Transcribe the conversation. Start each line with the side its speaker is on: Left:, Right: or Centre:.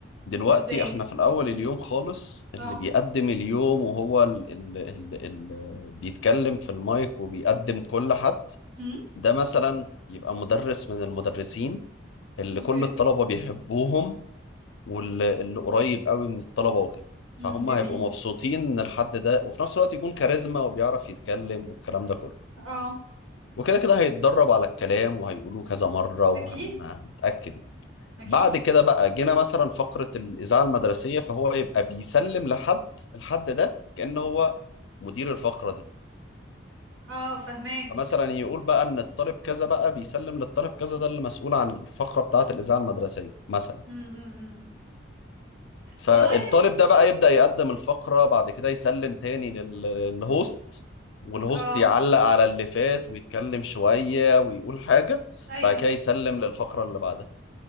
Left: دلوقتي
Right: ازاي
Left: احنا في الاول اليوم خالص اللي
Right: اه
Left: بيقدم اليوم وهو اللي بيتكلم في المايك وبيقدم كل حد
Right: مم.
Left: ده مثلا يبقى مدرس من المدرسين اللي
Right: اوكي
Left: كل الطلبة بيحبوهم واللي اللي قريب قوي من الطلبة وكده
Right: مم.
Left: فهم
Right: جميل
Left: هيبقوا مبسوطين ان الحد ده وفي نفس الوقت يكون كاريزما وبيعرف يتكلم والكلام ده كله
Right: اه
Left: وكده كده هيتدرب على الكلام وهيقولوه كذا مرة وهنتأكد
Right: اكيد
Left: يعني.
Right: اكيد
Left: بعد كده بقى جينا مثلا فقرة الإذاعة المدرسية فهو يبقى بيسلم لحد الحد ده كأن هو مدير الفقرة دي
Right: اه فهماك
Left: فمثلا يقول بقى إن الطالب كذا بقى بيسلم للطالب كذا ده اللي مسؤول عن الفقرة بتاعة الإذاعة المدرسية مثلا
Right: مم. مم. مم. مم.
Left: فالطالب
Right: والله م-
Left: ده بقى يبدأ يقدم الفقرة بعد كده يسلم تاني لل- للهوست والهوست
Right: اه
Left: يعلق على اللي فات ويتكلم شوية ويقول حاجة
Right: ايوه
Left: بعد كده يسلم للفقرة اللي بعدها